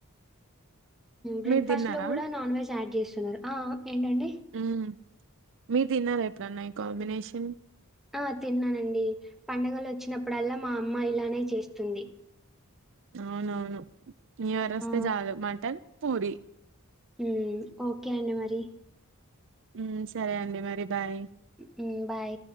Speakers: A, in the centre; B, on the right (about 60°).
A: బ్రేక్ఫాస్ట్
B: మీరు తిన్నారా
A: లో కూడా నాన్ వెజ్ యాడ్ చేస్త ఆ ఏంటండి
B: మ్ మీరు తిన్నార ఎప్పుడైనా ఈ కాంబినేషన్
A: ఆ తిన్నానండి పండగలు వచ్చినప్పుడల్లా మా అమ్మ ఇలానే చేస్తుంది
B: అవునువును న్యూ ఇయర్ వేస్తే
A: ఆ!
B: చాలు మటన్ పూరి
A: హ్మ్ ఓకే అండి మరి
B: హ్మ్ సరే అండి మరి బాయ్
A: హ్మ్ బై